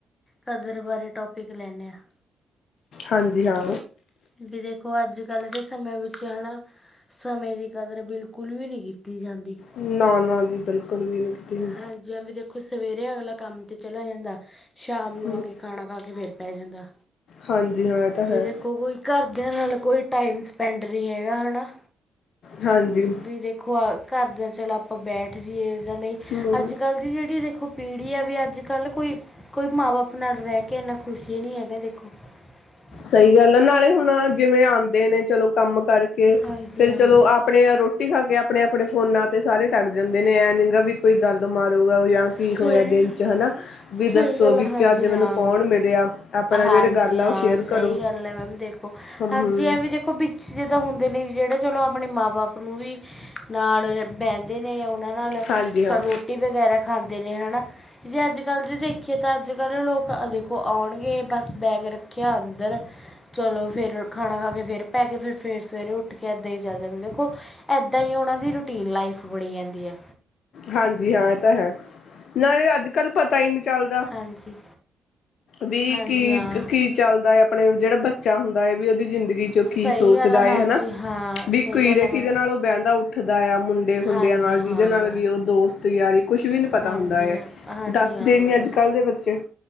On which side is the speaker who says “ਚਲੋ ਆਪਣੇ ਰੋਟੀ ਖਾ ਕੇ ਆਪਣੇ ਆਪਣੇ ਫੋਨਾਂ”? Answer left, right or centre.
Left